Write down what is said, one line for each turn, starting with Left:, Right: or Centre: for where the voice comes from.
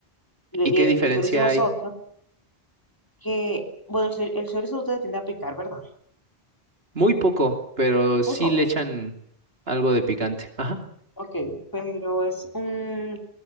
Left: Y,
Right: ¿Y
Left: y
Right: qué
Left: es
Right: diferencia
Left: el chorizo nosotros,
Right: hay?
Left: que, bueno, el, chor- el chorizo ustedes tienden a picar, ¿verdad?
Right: Muy poco, pero sí
Left: Muy poco.
Right: le echan algo de picante. Ajá.
Left: Ok, pero es un